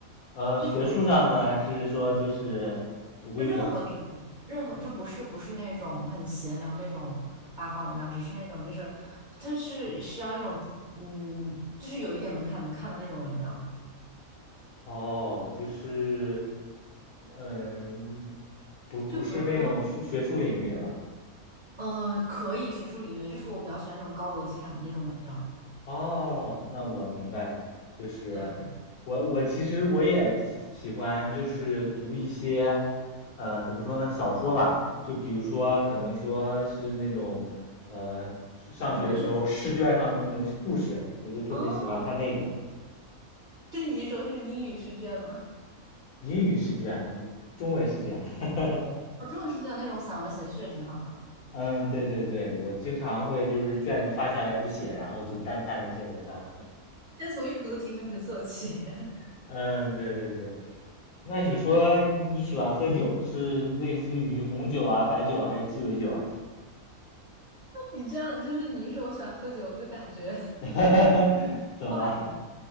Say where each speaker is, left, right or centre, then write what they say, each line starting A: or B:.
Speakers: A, on the left (about 80°); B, on the right (about 40°).
A: 呃学术上的，
B: 就我觉得
A: 还是说就是微博？
B: 就任何领域，任何就不是不是那种很闲聊那种八卦文章，只是那种就是，它是需要一种嗯，就是有一点门槛能看的那种文章。
A: 哦，就是嗯，不不是那种学学术领域的吧？
B: 就比如说，嗯，可以学术领域，就是我比较喜欢那种高逻辑感的那种文章。
A: 哦，那我明白了，就是
B: 对，
A: 我我其实我也喜喜欢就是读一些，呃，怎么说呢，小说吧，就比如说可能说是那种，呃，上学的时候试卷上的那种故事，
B: 文学
A: 我就特别喜欢看那个
B: 哦，这一说是英语试卷吗？
A: 英语试卷、中文试卷，<laughs>
B: <laughs> 哦，中文试卷那种散文写的确实挺好的。
A: 嗯，对对对，我经常会就是卷子发下来不写，然后就单看那些文章，
B: 先从阅读题开始做起，
A: <laughs> 嗯，对对对，
B: <laughs>
A: 那你说你喜欢喝酒，
B: 就是因为
A: 是类似于红酒啊、白酒啊还是鸡尾酒啊？
B: 你这样，就是你一说我喜欢喝酒，我就感觉
A: <laughs> 怎么了？
B: <laughs> 怪。